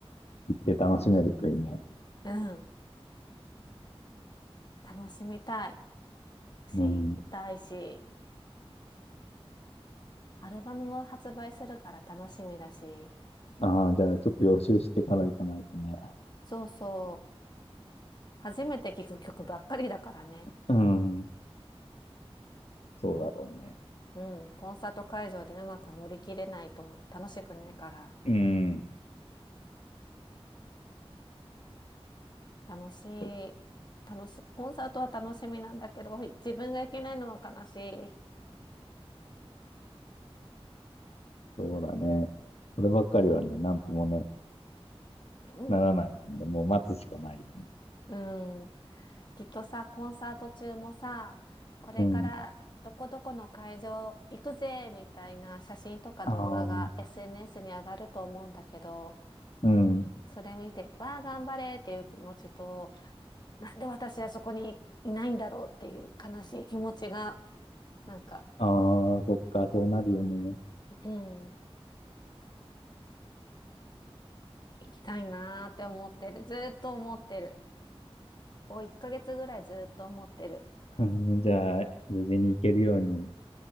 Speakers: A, on the left; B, on the left.
A: 行って楽しめるといいね。
B: うん。楽しみたいし、
A: うん。
B: 行きたいし、アルバムも発売するから楽しみだし、
A: ああ、じゃあ、ちょっと予習してから行かないとね。
B: そうそう。初めて聴く曲ばっかりだからね。
A: うん。そうだろうね。
B: こうん。コンサート会場でうまく乗り切れないと楽しくないから、
A: うん。
B: 楽しい、
A: そ
B: 楽しい、コンサートは楽しみなんだけど、自分が行けないのは悲しい。
A: そうだね。こればっかりはね、なんともね、
B: うん。
A: ならないんで、もう待つしかないよね。
B: うん。きっとさ、コンサート中もさ、これからどこどこの会場行くぜみたいな写真とか動画が
A: うん。ああ、
B: SNS に上がると思うんだけど、
A: うん。
B: それ見て、わあ、頑張れっていう気持ちと、なんで私はそこにいないんだろうっていう悲しい気持ちが、なんか、
A: ああ、そっか、そうなるよね。
B: うん、行きたいなーって思ってる。ずーっと思ってる。こう1ヶ月ぐらいずーっと思ってる。
A: <laughs> うんじゃあ、無事に行けるように